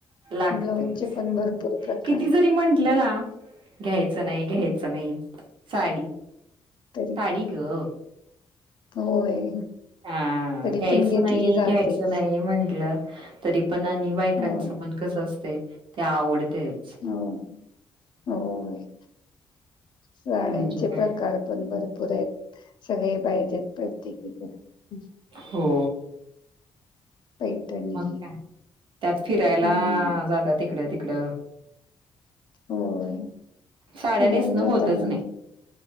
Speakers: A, on the right; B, on the left.
A: लागतच.
B: ब्लाऊजचे पण भरपूर प्रकार
A: किती जरी म्हंटलं ना, घ्यायचं नाही.
B: हम्म.
A: घ्यायचं नाही. साडी
B: तरी
A: आई गं.
B: होय.
A: हा
B: तरी
A: घ्यायचं
B: पण घेतली
A: नाही.
B: जातेच
A: घ्यायचं नाही. म्हंटलं तरी प ण आणि बायकांच
B: होय
A: मन कसं असतय ते आवडतयचं.
B: होय. होय. साड्यांचे
A: म्हणजे काय
B: प्रकार पण भरपूर आहेत. सगळे पाहिजेत प्रत्येकीकडे.
A: हो.
B: पैठणी
A: मग का त्यात फिरायला
B: हम्म
A: आ जातात इकडं तिकडं.
B: होय
A: साड्या
B: फिरायला
A: नेसण होतच
B: जाताना
A: नाही.